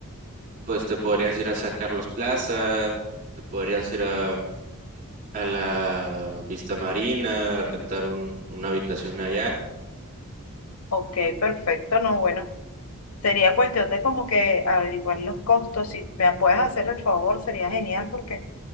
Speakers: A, on the right (about 40°); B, on the left (about 75°).
A: Pues te podrías ir a San Carlos Plaza, te podrías ir a, a la Vista Marina, a rentar un- una habitación allá.
B: Ok, perfecto, no, bueno, sería cuestión de como que averiguar los costos, si me puedes hacer el favor, sería genial, porque